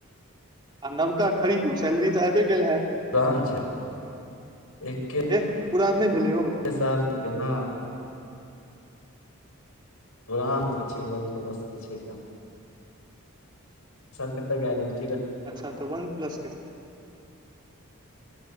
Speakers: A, on the right (about 20°); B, on the left (about 85°).
A: आ नबका खरीदू सैलरी ते आईबे गेल हैत।
B: तहन छै ऐके।
A: एह त पूरान नहि भेलै ओ।
B: साल्त केना। पुरान के छै वन प्लस के छै त। सर पे पैघ ऐल अछि।
A: अच्छा त वन प्लस के